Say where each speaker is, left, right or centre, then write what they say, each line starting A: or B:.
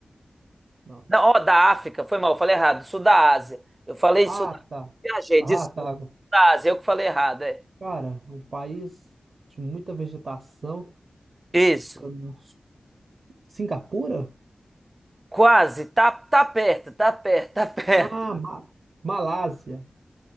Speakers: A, on the right (about 70°); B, on the right (about 30°).
A: Não.
B: Não, ó, da África, foi mal, eu falei errado, sul da Ásia. Eu falei sul
A: Ah,
B: da
A: tá.
B: viajei,
A: Ah,
B: desculpa,
A: tá.
B: sul da Ásia, eu que falei errado, é.
A: Cara, é um país de muita vegetação.
B: Isso,
A: Fica no... Singapura?
B: quase, tá, tá perto, tá perto, tá perto,
A: Ah, Ma- Malásia.